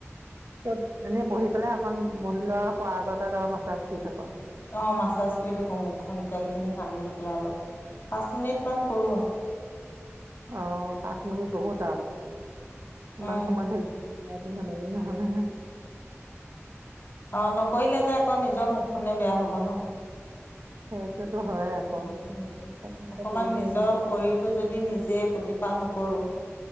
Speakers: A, on the right; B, on the left.
A: তই এনেই বহি পেলাই অকণ বহি লওঁ আৰু শোৱাৰ আগত আৰু মাছাজ কৰি থাক।
B: অ'! মাছাজ কৰি থাকোঁ মুখখন তেলখিনি সানি দি পেলাই অলপ। পাঁচ মিনিট মান কৰোঁ আৰু।
A: অ পাঁচ মিনিট বহুত আৰু। ইমান
B: উম
A: সময় ধৰি এদিন আমুলি নহলে হে।
B: অ নকৰিলে যে আকৌ নিজৰ মুখখনে বেয়া হব ন।
A: সেইটোতো হয় আকৌ
B: উম
A: কৰিবলৈ
B: অকমান নিজৰ শৰীৰটো যদি নিজে প্ৰতিপাল নকৰোঁ।